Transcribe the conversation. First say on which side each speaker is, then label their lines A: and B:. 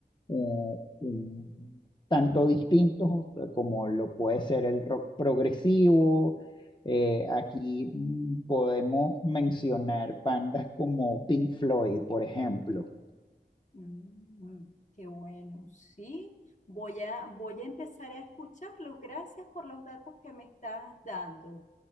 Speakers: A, on the left (about 25°); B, on the left (about 45°).
A: eh, un tanto distintos eh, como lo puede ser el rock progresivo. Eh, aquí mm, podemos mencionar bandas como Pink Floyd, por ejemplo.
B: Mm, qué bueno, sí. Voy a, voy a empezar a escucharlos. Gracias por los datos que me estás dando.